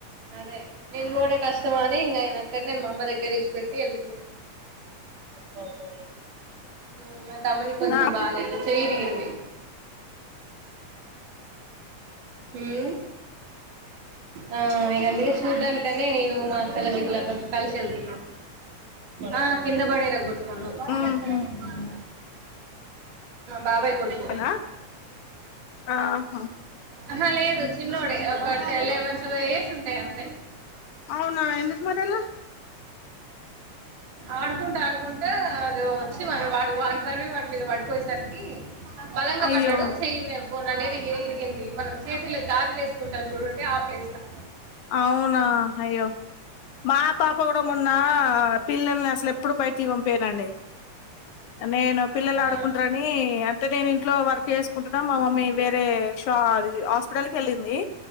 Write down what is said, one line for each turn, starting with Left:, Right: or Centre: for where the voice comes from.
Right: అదే నేను కూడా కష్టం అని ఇంకా ఆయన అక్కడనే మా అమ్మ దగ్గర ఇడ్సి పెట్టి వెళ్తున్నా హమ్ మా తమ్ముని కొంచెం
Left: నా
Right: బాలేదు చెయ్ ఇరిగింది హుమ్ ఆ ఇగ అందుకే చూడ్డాన్కనే నేను మా అక్కలన్ గిట్ల కొంచం కలిసి ఎళ్తున్న ఆ కింద పడే ఇరగొట్ కుండు హుమ్
Left: మ్మ్ హ్మ్
Right: బాబాయ్ కొడుకు
Left: అతనా ఆహా
Right: ఆహ లేదు చిన్నోడే ఒక టె లెవెన్ ట్వెల్వ్ ఇయర్స్ ఉంటాయ్ అంతే
Left: అవునా ఎందుకు మరి అలా
Right: ఆడుకుంటా ఆడుకుంటా అది వచ్చి వాడు వాని పర్వి వాటి మీద వాడు పోయేసరికి బలంగా
Left: అయ్యో
Right: పడ్డాడు చెయ్యి మీ బోన్ అనేది ఏ ఇరిగిన్ ది మనం చేతులకి గాజులేసుకుంటాం చూడండి ఆ ప్లేస్ లో
Left: అవునా అయ్యో మా పాప కూడా మొన్న పిల్లల్ని అసలు ఎప్పుడూ బయటికి పంపియ్యనండి నేను పిల్లలు
Right: ఆ, ఆ,
Left: ఆడుకుంటరని అంటే నేను ఇంట్లో వర్క్ చేసుకుంటున్నా మా మమ్మీ వేరే షా అది హాస్పిటెల్ కి వెళ్ళింది